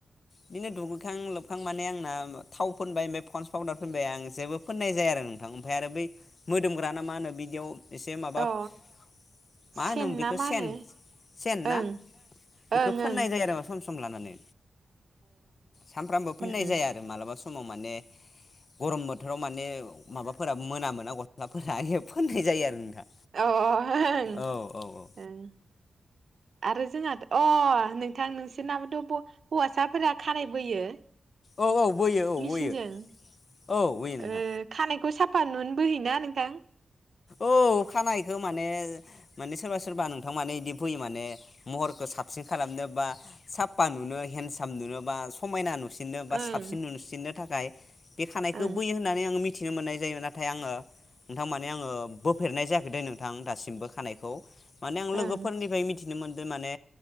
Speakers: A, on the left; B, on the right.
A: बिदिनो दुगैखां लोबखां माने आंना थाव फोनबाय ओमफ्राय फनस पाउदार फोनबाय आं जेबो फोननाय जाया आरो नोंथां ओमफफ्राय आरो बै मोदोमग्राना मा होनो बिदियाव एसे मा
B: अ सेन
A: होनोमोन बेखौ
B: ना मा
A: सेन
B: होनो
A: सेन
B: ओं
A: ना
B: ओं
A: बेखौ
B: अ उम
A: फोननाय जायो आरो मा सम सम सम लानानै सामफ्रामबो फोननाय
B: उम
A: जाया आरो मालाबा सम समाव माने गरम बोथोराव माने माबाफोरा मो ज-जना मोना गस्लाफोरा फोननाय जायो आरो नोंथां
B: अ अ ओं
A: औ औ औ
B: ओं आरो जोंहाथ' अ नोंथां नोंसोरनाबोथ' हौवासाफोरा खानाय बोयो
A: औ औ बोयो औ
B: मेचिनजों
A: बोयो औ बोयो नोंथां
B: ओ खानायखौ साफ फानुनो बोहैना नोंथां
A: औ खानायखो माने माने सोरबा सोरबा नोंथां मोनसे इदि फैयो माने महरखो साबसिन खालामनो बा सापपा नुनो बा हेनसाम नुनो बा समायना नुनो नोबा
B: ओं
A: साबसिन नुसिननो थाखाय गाय बे खानायखौ
B: ओं
A: बोयो होननानै आं मिथि मिथिनो मोननाय जायो नाथाय आङो नोंथां माने आङो बोफेरनाय जायाखैदे नोंथां दासिमबो खानायखौ माने आं लोगोफोरनिफ्राय
B: ओं
A: मि मिथिनो मोन्दो माने